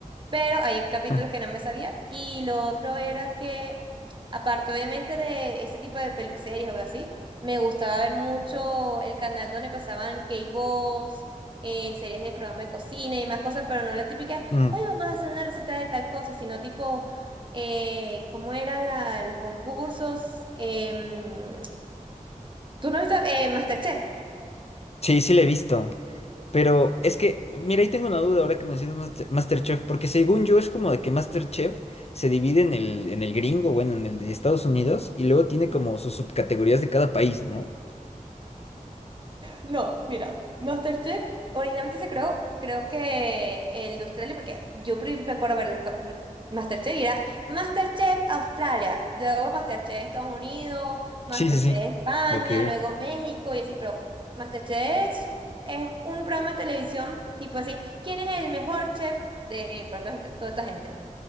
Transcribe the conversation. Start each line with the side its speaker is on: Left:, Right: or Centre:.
Right: pero hay capítulos
Left: <laughs>
Right: que no me sabía. Y lo otro era que, aparte obviamente de ese tipo de peli- series o así, me gustaba ver mucho el canal donde pasaban K-Boss, eh, series de programa de cocina y más cosas, pero no la típica,
Left: Mm,
Right: hoy vamos a hacer una receta de tal cosa, sino tipo, eh, ¿cómo eran la- los concursos? Em, ¿tú no has visto eh, MasterChef?
Left: Sí, sí le he visto. Pero es que, mira, ahí tengo una duda ahora que mencionas Master- MasterChef, porque según yo es como de que MasterChef se divide en el, en el gringo, bueno, en el de Estados Unidos, y luego tiene
Right: Ujú.
Left: como sus subcategorías de cada país, ¿no?
Right: No, mira, MasterChef Originalmente se creó, creo que el de Australia, porque yo pri- me acuerdo ver los cap- Masterchef y era Masterchef Australia, luego Masterchef Estados Unidos, Masterchef
Left: Sí, sí, sí.
Right: España,
Left: Ok.
Right: luego México y así, pero Masterchef es, es un programa de televisión tipo así, ¿quién es el mejor chef de por ejemplo, esta- toda esta gente?